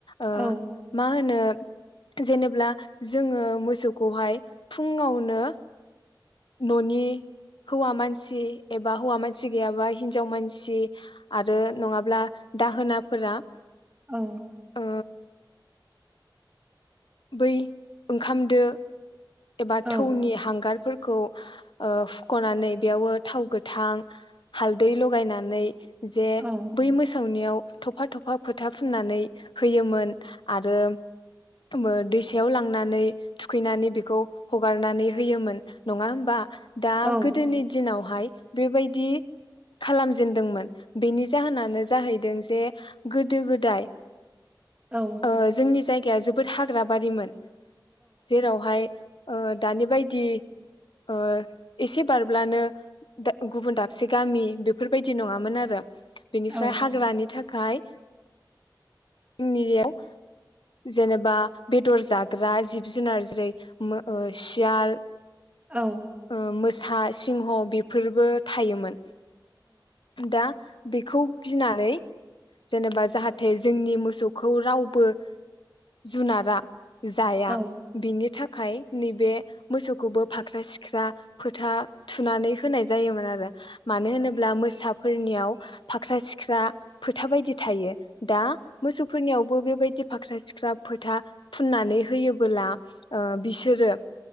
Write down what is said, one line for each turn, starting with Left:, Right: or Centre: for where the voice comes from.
Left: ओ
Right: औ
Left: मा होनो जेनोब्ला जोङो मोसौखौहाय फुं आवनो न'नि हौवा मानसि एबा हौवा मानसि गैयाबा हिन्जाव मानसि आरो नङाब्ला दाहोनाफोरा
Right: औ
Left: ओ बै ओंखाम दो एबा
Right: औ
Left: थौनि हांगारफोर खौ ओ फुख'नानै बेयावो थाव गोथां हालदै लगायनानै जे
Right: औ
Left: बै मोसौनियाव थफा थफा फोथा फुननानै होयोमोन आरो बो दैसायाव लांनानै थुखैनानै बेखौ हगारनानै होयोमोन नङा होमबा दा
Right: औ
Left: गोदोनि दिनावहाय बेबायदि खालामजेनदोंमोन बेनि जाहोनानो जाहैदों जे गोदो गोदाय
Right: औ
Left: ओ जोंनि जायगाया जोब बोद हाग्रा बारिमोन जेरावहाय ओ दानि बायदि ओ एसे बारब्लानो दा गुबुन दाबसे गामि बेफोरबायदि नङामोन आरो बेनिफ्राय
Right: औ
Left: हाग्रानि थाख खाय जोंनियाव जेनेबा बेदर जाग्रा जिब जुनार जेरै मो ओ सियाल
Right: औ
Left: ओ मोस सा सिंह बेफोरबो थायोमोन। दा बेखौ गिनानै जेनेबा जाहाथे जोंनि मोसौखौ रावबो जुनारा जाया
Right: औ
Left: बिनि थाखाय नै बे मोसौखौबो फाख्रा सिख्रा फोथा थुनानै होनाय जायोमोन आरो मानो होनोब्ला मोसाफोरनियाव फाख्रा सिख्रा फोथा बायदि थायो दा मोसौफोरनियाव बो बेबायदि फाख्रा सिख्रा फोथा फुननानै होयोबोला ओ बिसोरो